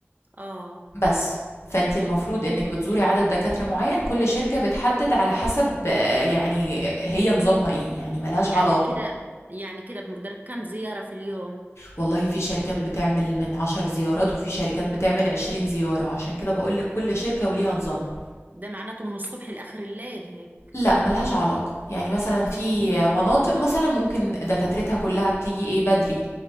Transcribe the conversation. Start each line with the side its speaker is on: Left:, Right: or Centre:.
Right: اه
Left: بس فانت المفروض انك بتزوري عدد دكاترة معين كل شركة بتحدد على حسب آه، يعني هي نظامها ايه يعني ملهاش
Right: يعني
Left: علاقة
Right: كده يعني كده بمقدار كم زيارة في اليوم
Left: والله في شركات بتعمل من عشر زيارات وفي شركات بتعمل عشرين زيارة عشان كده بقولك كل شركة وليها نظامها
Right: ده معناته من الصبح لآخر الليل هيك
Left: لأ، ما لهاش علاقة، يعني مثلًا في مناطق مثلًا ممكن دكاترتها كلّها بتيجي إيه، بدري،